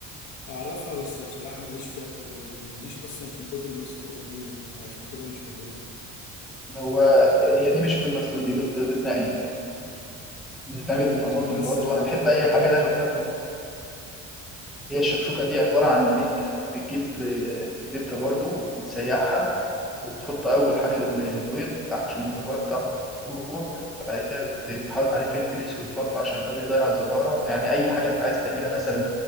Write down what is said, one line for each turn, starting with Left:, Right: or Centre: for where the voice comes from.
Left: اعرفها بس بصراحه ماليش فيها قد كده يعني ماليش اصلا في البيض المسلوق عموما فعشان كده مش باكلها
Centre: هو هي دي مش بيض مسلوق دي بيض بيض مقلي بتتعمل
Left: ايه ده
Centre: بطماطم
Left: بتعملها ازاي
Centre: برضو
Left: بالبيض
Centre: انا بحب
Left: المقلي
Centre: اي حاجه داخله فيها طماطم هي الشكشوكه دي عباره عن ان انت بتجيب آه، زبده برضو بتسيحها وبتحط أول حاجة ال- البيض عشان الزفارة بتاعته تروح بعد كده بتحط عليه فلفل أسود برضه عشان ده بيضيع الزفارة يعني أي حاجة أنت عايز تعملها مثلا